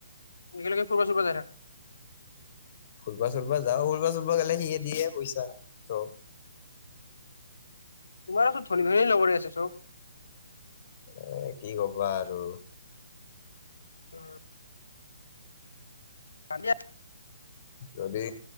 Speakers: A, on the left; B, on the left.
A: একেলগে ফুৰিব চুৰিব যায় থাক।
B: ফুৰিবা চুৰিবা যাও ফুৰিবা চুৰিবা গেলে সিয়ে দিয়ে পইচা চব।
A: তোমাৰেটো ধনী ধনী লগৰে আছে চব?
B: এ কি কবা আৰু।
A: উম। আমি
B: যদি